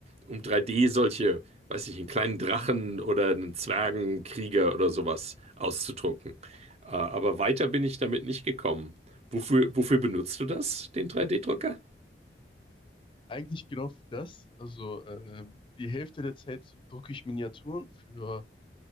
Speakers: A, on the right; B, on the left.
A: um 3D solche, weiß ich, einen kleinen Drachen oder einen Zwergenkrieger oder sowas auszudrucken. Äh, aber weiter bin ich damit nicht gekommen. Wofür, wofür benutzt du das, den 3D-Drucker?
B: Eigentlich genau für das. Also ähm, die Hälfte der Zeit drucke ich Miniaturen für